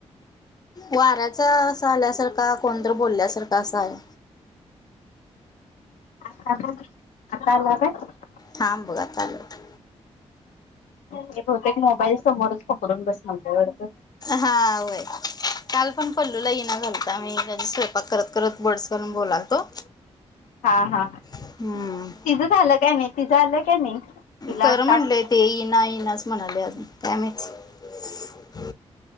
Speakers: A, on the left (about 30°); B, on the left (about 85°).
A: वाऱ्याचा असा आल्यासारखा कोणतर बोलल्यासारखा असं आहे.
B: आता बोल आता आला काय?
A: थांब बघ आता आलंय.
B: ते बहुतेक मोबाईल समोरच कपडून बस म्हणतय वाटत.
A: हा व्हय काल पण पल्लूला ईना झालता मी कनी स्वयंपाक करत करत बड्स घालून बोलालतो.
B: हा हा
A: हम्म
B: तिज झालं काय नाही तिच आलं का नाही? तिला
A: कर म्हणलंय
B: टास्क?
A: ते ईना ईनाच म्हणालय अजून काय माहित